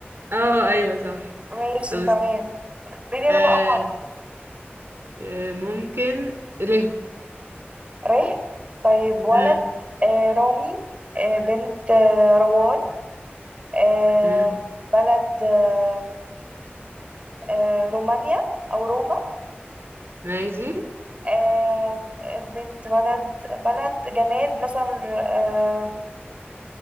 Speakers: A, on the right; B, on the right.
A: اه ايوه صح
B: ماشي
A: طب
B: تمام
A: است-
B: اختاري لنا
A: آه
B: بقى حرف
A: آه ممكن ليه
B: ريح طيب ولد
A: مم.
B: آه رامي آه بنت آه روان آه
A: مم.
B: بلد آه آه رومانيا أو روما
A: ماشي
B: آه آه، بنت ولد بلد جماد مثلا آه